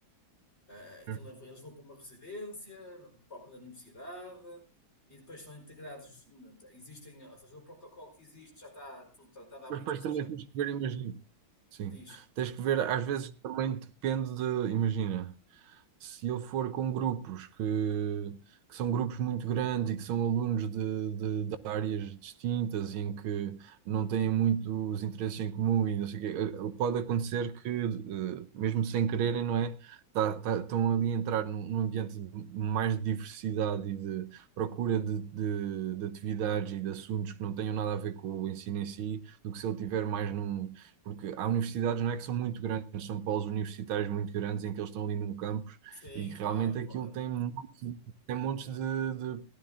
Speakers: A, on the left (about 30°); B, on the right (about 80°).
A: eh, eh, aquilo-
B: claro.
A: eles vão para uma residência própria da universidade e depois estão integrados, existem, ou seja, o protocolo que existe já está tudo tratado há
B: Mas
A: muito,
B: depois
A: ou seja,
B: também temos que ver, imagino. Sim.
A: diz,
B: Tens que ver, às vezes também depende de, imagina, se eu for com grupos que, que são grupos muito grandes e que são alunos de, de, de áreas distintas e em que não têm muitos interesses em comum e não sei o quê, eh, eh, pode acontecer que, eh, mesmo sem quererem, não é? Tá, tá- estão ali a entrar num, num ambiente de mais de diversidade e de procura de, de, de atividades e de assuntos que não tenham nada a ver com o ensino em si, do que se ele tiver mais num porque há universidades não é que são muito grandes, são polos universitários muito grandes em que eles estão ali num campus
A: sim,
B: e que realmente
A: claro, claro.
B: aquilo tem montes- tem montes de, de,